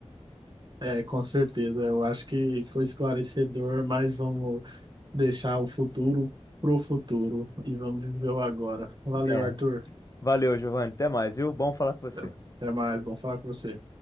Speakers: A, on the right (about 40°); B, on the left (about 30°).
A: É, com certeza. Eu acho que foi esclarecedor, mas vamos Deixar o futuro pro futuro e vamos viver o agora. Valeu,
B: É.
A: Arthur.
B: Valeu, Giovanni. Até mais, viu? Bom falar com você.
A: Até até mais, bom falar com você.